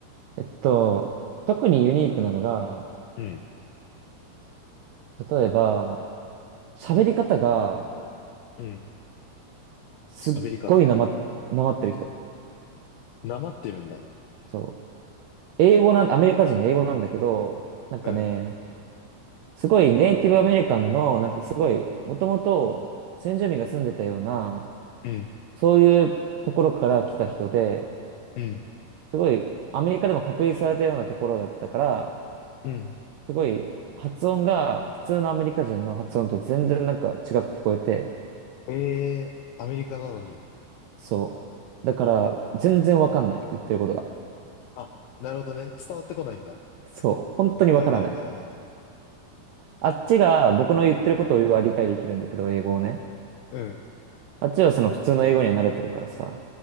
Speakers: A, on the right; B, on the left.
A: えっと、特にユニークなのが、
B: うん、
A: 例えば、喋り方が
B: うん。
A: すっごいなま、
B: 喋り方。
A: なまってる人。
B: なまってるんだ。
A: そう英語なん、アメリカ人で英語なんだけど、なんかね、
B: うん、
A: すごいネイティブアメリカンの、なんかすごい、もともと先住民が住んでたような、
B: うん、
A: そういうところから来た人で、
B: うん、
A: すごい、アメリカでも隔離されたようなところだったから、
B: うん。
A: すごい、発音が普通のアメリカ人の発音と全然なんか違く聞こえて、
B: ええー、アメリカなのに。
A: そう。だから、全然わかんない、言ってることが。
B: あ、なるほどね。伝わってこないんだ。
A: そう、本当にわからない。
B: はいはいはいはい。
A: あっちが僕の言ってることを理解できるんだけど、英語をね。
B: うん、
A: あっちはその普通の英語には慣れてるからさ。